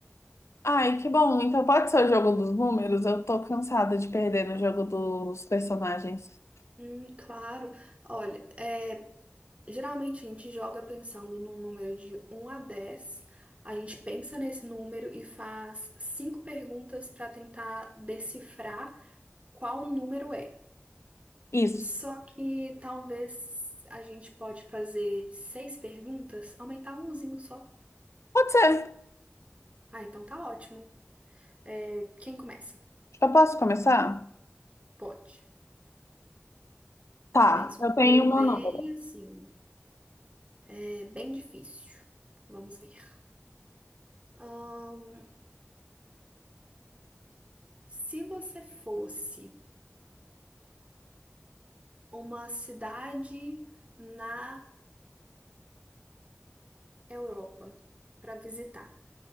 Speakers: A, on the left; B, on the right.
A: Ai, que bom. Então pode ser o jogo dos números? Eu tô cansada de perder no jogo dos personagens.
B: Hum, claro. Olha, é, geralmente a gente joga pensando num número de um a 10. A gente pensa nesse número e faz cinco perguntas para tentar decifrar qual número é.
A: Isso.
B: Só que talvez a gente pode fazer seis perguntas, aumentar umzinho só.
A: Pode ser.
B: Ah, então tá ótimo. É, quem começa?
A: Eu posso começar?
B: Pode.
A: Tá,
B: Pensa
A: eu
B: um número
A: tenho o meu
B: bem
A: número.
B: assim, é bem difícil. Vamos ver. Ahn, se você fosse uma cidade na Europa para visitar,